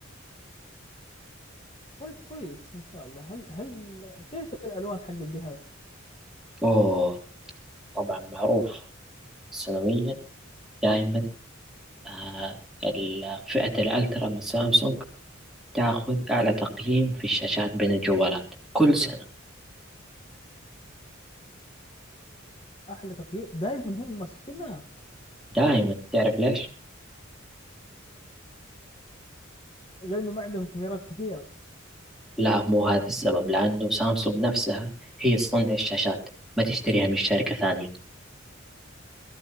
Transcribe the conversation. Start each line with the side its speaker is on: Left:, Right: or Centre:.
Left: طيب كويس ان شاء الله هل هل كيف الالوان حق الجهاز
Centre: أوه طبعا معروف سنويا دائما آه ال- فئة الألترا من سامسونج تاخذ أعلى تقييم في الشاشات بين الجوالات كل سنة
Left: احلى تقييم دائما هم ماسكينها
Centre: دائما تعرف ليش؟
Left: لانه ما عندهم كاميرات كثيره
Centre: لا مو هذا السبب لأنه سامسونج نفسها هي تصنع الشاشات ما تشتريها من شركة ثانية